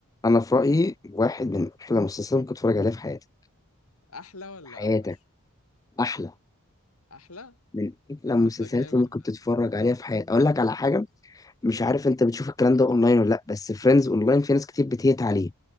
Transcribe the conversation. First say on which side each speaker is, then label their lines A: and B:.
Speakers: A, on the left; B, on the left.
A: انا في رايي واحد من احلى المسلسلات اللي ممكن تتفرج عليها في حياتك
B: احلى ولا
A: في حياتك
B: اوحش
A: احلى
B: احلى
A: من احلى المسلسلات
B: طب ده جامد
A: اللي ممكن
B: ده
A: تتفرج عليها في حياتك اقول لك على حاجه مش
B: اه
A: عارف انت بتشوف الكلام ده اونلاين ولا لا بس فريندز اونلاين في ناس كتير بتهيت عليه